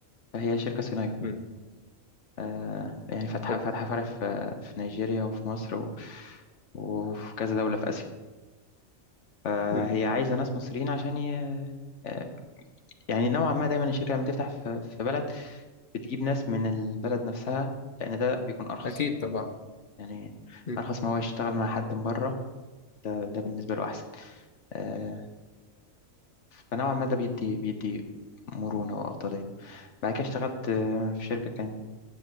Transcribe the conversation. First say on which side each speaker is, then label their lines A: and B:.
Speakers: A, on the left (about 60°); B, on the left (about 45°).
A: فهي شركة صينية
B: مم.
A: آه يعني فاتحة
B: حلو
A: فاتحة فرع في في نيجيريا وفي مصر و... وفي كذا دولة في آسيا فهي
B: مم.
A: عايزة ناس مصريين عشان ي... آه، يعني نوعا ما دايما الشركة لما تفتح في في بلد بتجيب ناس من البلد نفسها لأن ده بيكون أرخص
B: أكيد طبعا
A: يعني
B: مم.
A: أرخص ما هو يشتغل مع حد من بره ده, ده بالنسبة له أحسن آه، فنوعا ما ده بيدي بيدي مرونة وأفضلية بعد كده اشتغلت آه، في شركة كان